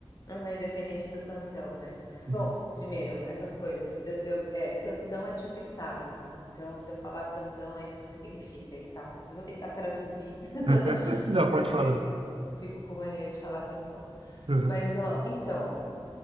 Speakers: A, on the left (about 40°); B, on the right (about 70°).
A: Aham, independente do cantão, né?
B: Uhum.
A: Bom, primeiro, essas coisas. Eu, eu- é, cantão é tipo estado. Então, se eu falar cantão, é isso que significa, é estado. Eu vou tentar traduzir, <laughs>
B: <laughs> Não,
A: mas
B: pode falar.
A: é que fi- fico com mania de falar cantão.
B: Uhum.
A: Mas, ó, então,